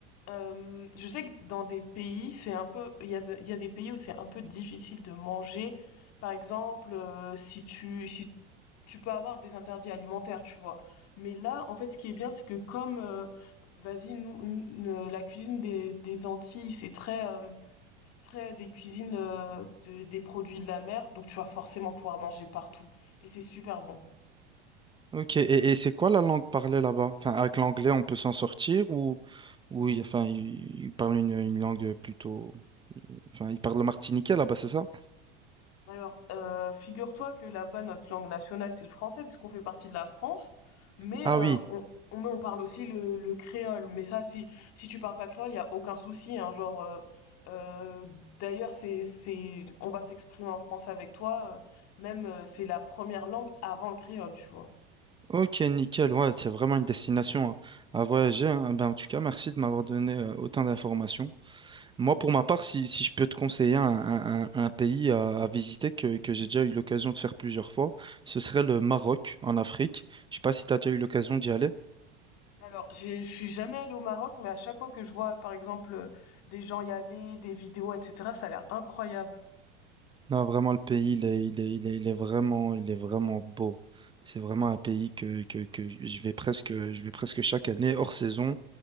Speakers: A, on the left; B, on the right.
A: euh, je sais que dans des pays, c'est un peu, il y a, de- il y a des pays où c'est un peu difficile de manger. Par exemple, euh, si tu, si tu peux avoir des interdits alimentaires, tu vois. Mais là, en fait, ce qui est bien, c'est que comme, euh, vas-y, nous, nous- la cuisine des, des Antilles, c'est très, euh, après, des cuisines, heu, de des produits de la mer, donc tu vas forcément pouvoir manger partout et c'est super bon.
B: Ok, et, et c'est quoi la langue parlée là-bas? Enfin, avec l'anglais, on peut s'en sortir ou, ou il- enfin, ils il parlent une, une langue plutôt. Enfin, ils parlent le martiniquais là-bas, c'est ça?
A: Alors, heu, figure-toi que là-bas, notre langue nationale, c'est le français puisqu'on fait partie de la France, mais
B: Ah
A: heu,
B: oui,
A: on on mais on parle aussi le le créole, mais ça, si si tu parles pas créole, il y a aucun souci, hein, genre, heu heu, d'ailleurs, c'est c'est on va s'exprimer en français avec toi, heu, même, heu, c'est la première langue avant le créole, tu vois?
B: ok, nickel. Ouais, c'est vraiment une destination à, à voyager. hein. Ben, en tout cas, merci de m'avoir donné euh, autant d'informations. Moi, pour ma part, si, si je peux te conseiller un, un- un- un pays à, à visiter que, que j'ai déjà eu l'occasion de faire plusieurs fois, ce serait le Maroc en Afrique. Je sais pas si tu as déjà eu l'occasion d'y aller.
A: Alors, j'ai, je suis jamais allée au Maroc, mais à chaque fois que je vois, par exemple, euh, des gens y aller, des vidéos, etc., ça a l'air incroyable.
B: Non, vraiment, le pays, il est, il est, il est, il est vraiment, il est vraiment beau. C'est vraiment un pays que, que, que je vais presque, je vais presque chaque année, hors saison